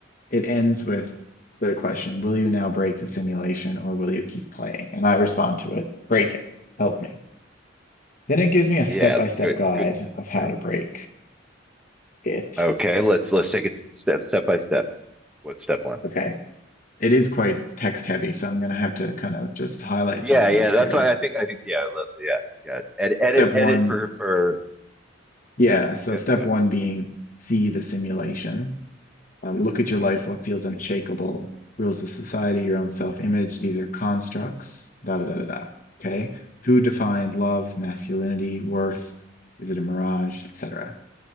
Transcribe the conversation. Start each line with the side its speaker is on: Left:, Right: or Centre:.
Left: it ends with the question, will you now break the simulation or will you keep playing? And I respond to it, break it. Help me. Then it gives me a step-by-step
Centre: Yeah, good,
Left: guide
Centre: good,
Left: of how
Centre: very
Left: to
Centre: good.
Left: break it.
Centre: Okay, let's let's take it step step by step. what's step one?
Left: Okay. It is quite text heavy, so I'm going to have to kind of just highlight
Centre: Yeah,
Left: some things
Centre: yeah. That's
Left: here.
Centre: why I think I think yeah, let, yeah, yeah. Ed, edit,
Left: Step one
Centre: edit for for
Left: Yeah, so
Centre: yeah.
Left: step
Centre: Go
Left: one being see the simulation. Um, look at your
Centre: ahead.
Left: life, what feels unshakable, rules of society, your own self-image. These are constructs, da da da da da. Okay. Who defined love, masculinity, worth? Is it a mirage, etc.?